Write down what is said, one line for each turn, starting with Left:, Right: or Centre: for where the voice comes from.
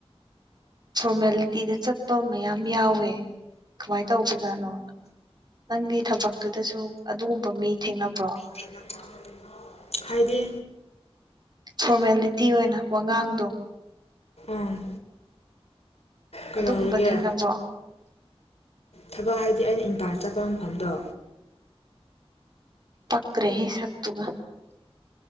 Right: ꯐꯣꯔꯃꯦꯂꯤꯇꯤꯗ ꯆꯠꯄ ꯃꯌꯥꯝ ꯌꯥꯎꯋꯦ ꯀꯃꯥꯏꯅ ꯇꯧꯕꯖꯥꯠꯅꯣ ꯅꯪꯒꯤ ꯊꯕꯛꯇꯨꯗꯁꯨ ꯑꯗꯨꯒꯨꯝꯕ ꯃꯤ ꯊꯦꯡꯅꯕ꯭ꯔꯣ
Left: <inaudible> ꯍꯥꯏꯗꯤ
Right: ꯐꯣꯔꯃꯦꯂꯤꯇꯤ ꯑꯣꯏꯅ ꯋꯥꯉꯥꯡꯗꯣ
Left: ꯑꯝ ꯀꯩꯩꯅꯧꯔꯒꯦ
Right: ꯑꯗꯨꯒꯨꯝꯕ ꯊꯦꯡꯅꯕ꯭ꯔꯣ
Left: ꯊꯕꯛ ꯍꯥꯏꯗꯤ ꯑꯩꯅ ꯏꯪꯀꯥꯜ ꯆꯠꯄ ꯃꯐꯝꯗꯣ
Right: ꯄꯒ꯭ꯔꯦ ꯁꯛꯠꯇꯕ